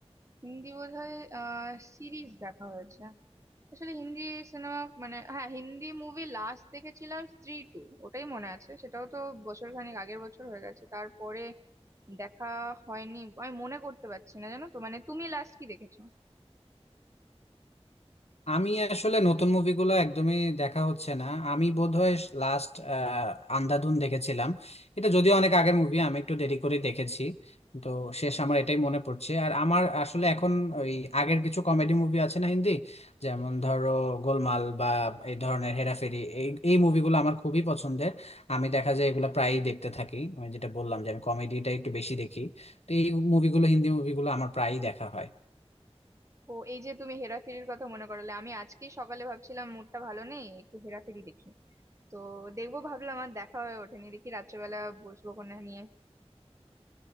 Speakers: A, on the right (about 30°); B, on the left (about 75°).
A: হিন্দি বোধহয় আহ সিরিজ দেখা হয়েছে আসলে হিন্দি সিনেমা মানে হ্যাঁ হিন্দি মুভি লাস্ট দেখেছিলাম স্ত্রী টু ওটাই মনে আছে সেটাও তো বছর খানেক আগের বছর হয়ে গেছে তারপরে দেখা হয়নি আমি মনে করতে পারছি না জানো তো মানে তুমি লাস্ট কি দেখেছো
B: আমি আসলে নতুন মুভিগুলো একদমই দেখা হচ্ছে না আমি বোধহয় লাস্ট আন্ধাধুন দেখেছিলাম এটা যদিও অনেক আগের মুভি আমি একটু দেরি করে দেখেছি তো শেষ আমার এটাই মনে পড়ছে আর আমার আসলে এখন ওই আগের কিছু কমেডি মুভি আছে না হিন্দি যেমন ধরো গোলমাল বা এই ধরনের হেরাফেরি এই এই মুভিগুলো আমার খুবই পছন্দের আমি দেখা যায় এগুলো প্রায়ই দেখতে থাকি আমি যেটা বললাম যে আমি কমেডিটা একটু বেশি দেখি তো এই মুভিগুলো হিন্দি মুভিগুলো আমার প্রায়ই দেখা হয়
A: ও এই যে তুমি হেরাফেরির কথা মনে করালে আমি আজকেই সকালে ভাবছিলাম মুডটা ভালো নেই একটু হেরাফেরি দেখি তো দেখবো ভাবলাম আর দেখা হয়ে ওঠেনি দেখি রাত্রেবেলা বসবো কোনা নিয়ে